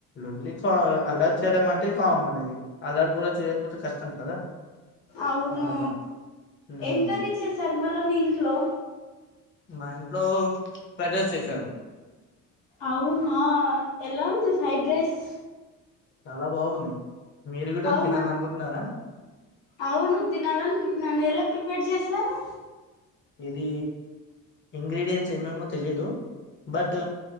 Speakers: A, on the left; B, on the left.
A: ల్లి కా అల్లారు చేయడం అంటే కామన్ నే అల్లరి కూడా చేయకపోతే కష్టం కదా
B: అవును
A: నార్మల్ ఉమ్
B: ఏం కర్రీ చేసార్ మళ్ళా మీ ఇంట్లో
A: మా ఇంట్లో ఫ్రైడ్ రైస్ చేసారు
B: అవునా ఎలా ఉంది ఫ్రైడ్ రైస్
A: చాలా బాగుంది మీరు కూడా
B: అవునా
A: తినాలనుకుంటున్నారా
B: అవును తినాల నుకుంటన్నాను ఎలా ప్రిపేర్ చేశారు
A: ఇది ఇంగ్రీడియంన్ట్స్ ఏమేమో తెలియదు బట్